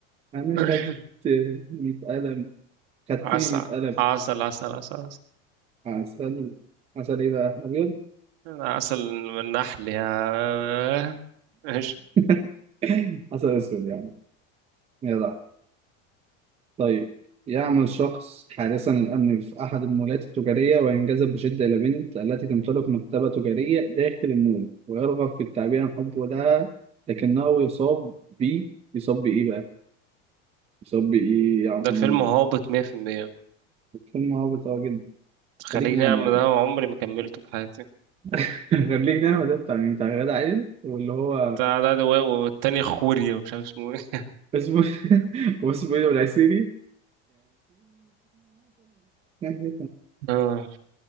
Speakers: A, on the right; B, on the right.
A: انا
B: <coughs>
A: خدت 100 قلم خدتني
B: عسل
A: 100 قلم
B: عسل عسل عسل عسل
A: عسل عسل ايه بقى ابيض
B: عسل من النحل يا <laughs> ماشي
A: <laughs> حسن اسود يعني جدع طيب يعمل شخص حارسا للامن في احد المولات التجاريه وينجذب بشده الى بنت التي تمتلك مكتبه تجاريه داخل المول ويرغب في التعبير عن حبه لها لكنه يصاب ب يصاب بايه بقى؟ يصاب بايه يا عم
B: ده فيلم هابط 100%
A: فيلم هابط قوي جدا
B: خليج
A: خليج نعمة
B: نعمة
A: يا باشا
B: ده عمري ما كملته في حياتي
A: <laughs> خليج نعمة ده بتاع مين؟ <laughs> بتاع غادة عادل واللي هو
B: بتاع ده ده و- والتاني خوري ومش عارف اسمه ايه
A: اسمه <laughs> واسمه ايه ده؟ والعسيري يعني
B: <laughs> آه،